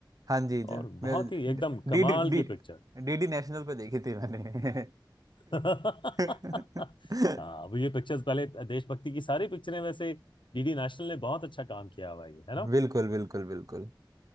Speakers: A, on the right; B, on the left.
A: हाँ जी जी
B: और
A: मैं
B: बहुत ही एकदम
A: D
B: कमाल
A: D D
B: की पिक्चर
A: DD National पे देखी थी मैंने
B: <laughs>
A: <laughs>
B: हाँ अब ये पिक्चर्स पहले देशभक्ति की सारी पिक्चरें वैसे डीडी नेशनल ने बहुत अच्छा काम किया हुआ है ये है ना
A: बिल्कुल बिल्कुल बिल्कुल